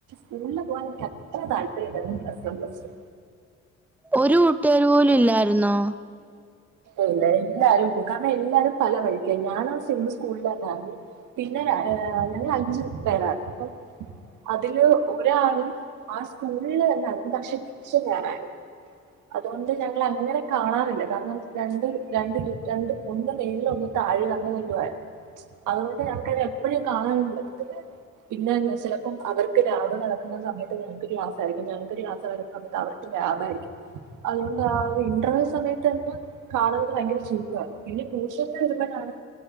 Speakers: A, on the right; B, in the centre.
A: പോവാൻ എനിക്ക് അത്ര താല്പര്യമില്ലാരുന്നു പ്ലസ് വൺ പ്ലസ് ടൂ
B: ഒരു കൂട്ടുകാര് പോലും ഇല്ലാരുന്നോ
A: ഇല്ല എല്ലാരും പോയ കാരണം എല്ലാരും പല വഴിക്കായി ഞാനാ സെയിം സ്കൂളിൽ തന്നാരുന്നു പിന്നെ ര ഏഹ് ഞങ്ങൾ അഞ്ചു പേരാരുന്നു അതില് ഒരാളും ആഹ് സ്കൂളില് തന്നെ <unintelligible> <unintelligible> അതുകൊണ്ട് ഞങ്ങൾ അങ്ങനെ കാണാറില്ല കാരണം രണ്ടും രണ്ട് ടു ഷൻണ്ട് ഒന്ന് മേളിലും ഒന്ന് താഴെയും അങ്ങനെ നിക്കുവാരുന്നു അതുകൊണ്ട് ഞങ്ങക്ക് അങ്ങനെ എപ്പഴും കാണാനൊന്നും പറ്റത്തില്ലാരുന്നു പിന്നെ ചെലപ്പം അവർക്ക് ലാബ് നടക്കുന്ന സമയത്ത് ഞങ്ങക്ക് ക്ലാസ് ആരിക്കും ഞങ്ങക്ക് ക്ലാ സമയത്ത് അവർക്ക് ലാബാരിക്കും അതുകൊണ്ട് ആഹ് ഒരു ഇന്റർവൽ സമയത്ത് <unintelligible> കാണുന്നത് ഭയങ്കര ചുരുക്കാ പിന്നെ ട്യൂഷന്ന് ചെല്ലുമ്പളാണ്